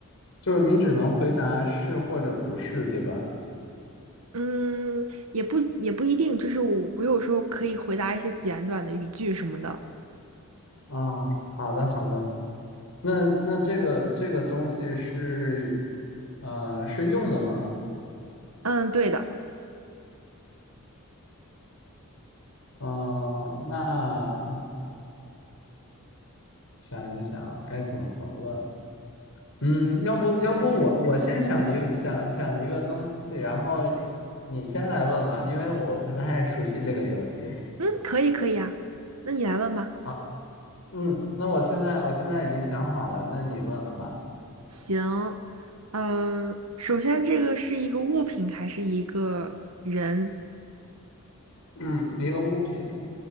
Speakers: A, on the left; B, on the right.
A: 就是你只能回答是或者不是，对吧？
B: 嗯，也不也不一定，就是我我有时候可以回答一些简短的语句什么的。
A: 啊、好的好的。那那这个这个东西是呃是用的吗？
B: 嗯，对的。
A: 嗯、那想一想该怎么问？嗯，要不要不我我先想一想想一个东西，然后你先来问吧，因为我不太熟悉这个游戏。
B: 嗯，可以可以啊。那你来问吧。
A: 好，嗯，那我现在我现在已经想好了，那你问吧。
B: 行。嗯，首先这个是一个物品还是一个人？
A: 嗯，一个物品